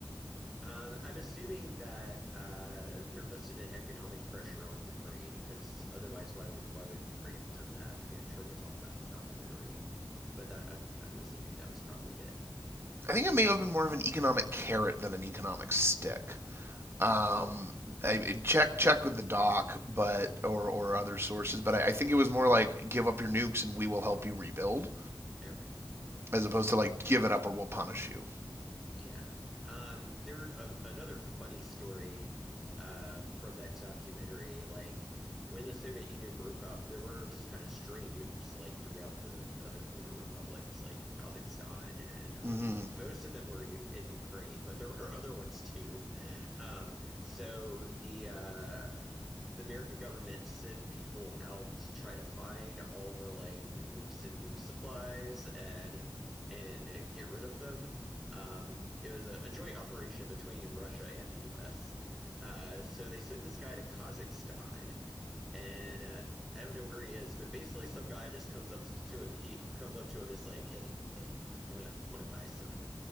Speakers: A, in the centre; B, on the right.
A: Um, I'm assuming that uh, there must have been economic pressure on Ukraine because otherwise, why would why would Ukraine have done that? I mean, I'm sure they talked about it in the documentary, but that I'm I'm assuming that was probably it.
B: I think it may have been more of an economic carrot than an economic stick. Um, I, check check with the doc, but or or other sources, but I, I think it was more like give up your nukes and we will help you rebuild,
A: Okay.
B: as opposed to like give it up or we'll punish you.
A: Yeah. Um, there a, another funny story uh, from that documentary. Like when the Soviet Union broke up, there were just kind of stray nukes like throughout the other former republics, like Kazakhstan and other
B: Mm-hmm.
A: like most of them were u- in Ukraine, but there were <laughs> other ones too. Um, so the uh, the American government sent people out to try to find all the like nukes and nuke supplies and and get rid of them. Um, it was a, a joint operation between Russia and the U.S. Uh, so they sent this guy to Kazakhstan, and uh, I don't know where he is, but basically some guy just comes up to him. He comes up to him, is like, "Hey, hey, wanna wanna buy some